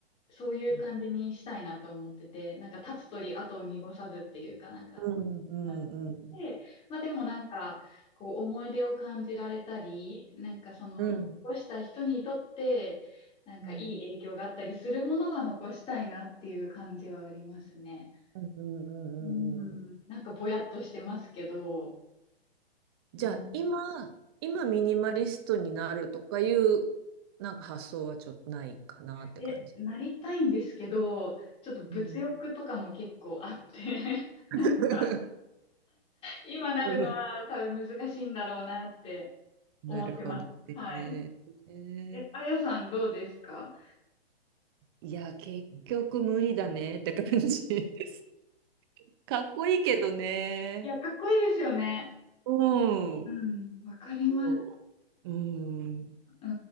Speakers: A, on the left (about 15°); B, on the right (about 25°).
A: そういう感じにしたいなと思ってて、
B: うんうん。
A: なんか、立つ鳥後を濁さずっていうかなんか、
B: うんうんうんうん。
A: あで、まあでもなんか、こう思い出を感じられたり、なんかその、
B: うん。
A: 残した人にとって、なんかいい影響があったりするものは残したいなっていう感じはありますね。
B: うん、うんうんうんうんうん。
A: うん、なんかぼやっとしてますけど、
B: じゃあ今、
A: うん。
B: 今ミニマリストになるとかいうなんか発想はちょっとないかなって感じ。
A: で、なりたいんですけど、ちょっと物欲とかも結構あって
B: うん、<laughs>
A: <laughs> 今なるのは多分難しいんだろうなって
B: うんなるほどね。
A: 思ってます。はい。
B: えー
A: え、あやさんどうですか
B: いや、結局無理だねって感じです。<laughs> かっこいいけどね。
A: いや、かっこいいですよね。
B: うん。
A: うん、わかります。
B: そう。うん。
A: う